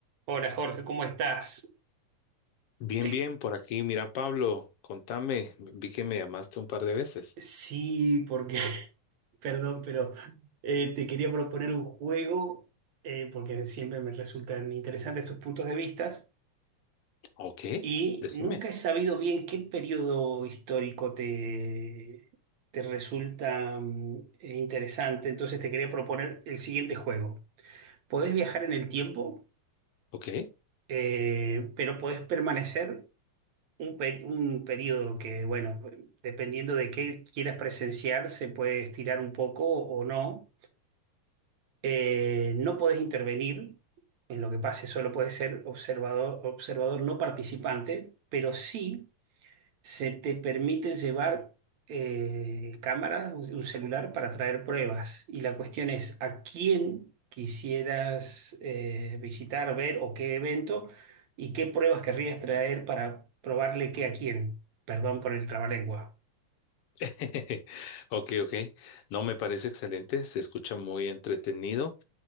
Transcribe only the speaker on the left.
Bien,
bien, por aquí. Mira, Pablo, contame. Vi que me llamaste un par de veces.
Ok,
decime.
Ok,
<laughs> ok, ok. No, me parece excelente. Se escucha muy entretenido.